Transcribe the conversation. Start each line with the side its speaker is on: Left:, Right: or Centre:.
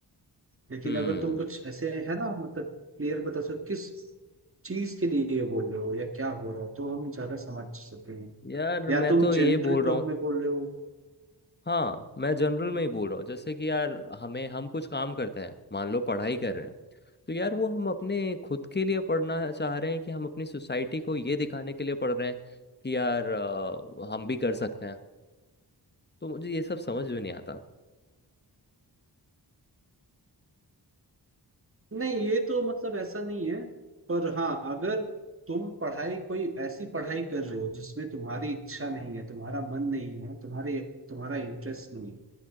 Right: लेकिन
Left: हम्म
Right: अगर तुम कुछ ऐसे है ना मतलब क्लियर बता सको किस चीज के लिए ये बोल रहे हो या क्या हो रहा है तो हम ज्यादा समझ सकते हैं
Left: यार
Right: या
Left: मैं
Right: तुम
Left: तो ये
Right: जनरल
Left: बोल रहा
Right: टर्म
Left: हूँ
Right: में बोल रहे हो
Left: हाँ मैं जनरल में ही बोल रहा हूँ जैसे कि यार हमें हम कुछ काम करते हैं मान लो पढ़ाई कर रहे हैं तो यार वो हम अपने खुद के लिए पढ़ना चाह रहे हैं कि हम अपनी सोसाइटी को ये दिखाने के लिए पढ़ रहे हैं कि यार अ, हम भी कर सकते हैं तो मुझे ये सब समझ में नहीं आता
Right: नहीं ये तो मतलब ऐसा नहीं है पर हाँ अगर तुम पढ़ाई कोई ऐसी पढ़ाई कर रहे हो जिसमें तुम्हारी इच्छा नहीं है तुम्हारा मन नहीं है तुम्हारे तुम्हारा इंटरेस्ट नहीं है